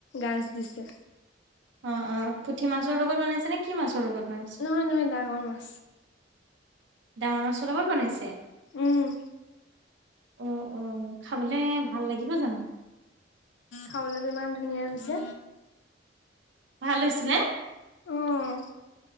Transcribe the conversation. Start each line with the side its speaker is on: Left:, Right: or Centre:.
Left: গাজ দিছে।
Right: অ', অ', পুঠি মাছৰ লগত বনাইছে নে কি মাছৰ লগত বনাইছে?
Left: নহয়- নহয় ডাঙৰ মাছ।
Right: ডাঙৰ মাছৰ লগত বনাইছে?
Left: উম,
Right: উম- উম খাবলে ভাল লাগিব জানো?
Left: খাবলে যে ইমান ধুনীয়া হৈছে।
Right: ভাল হৈছে নে?
Left: উম,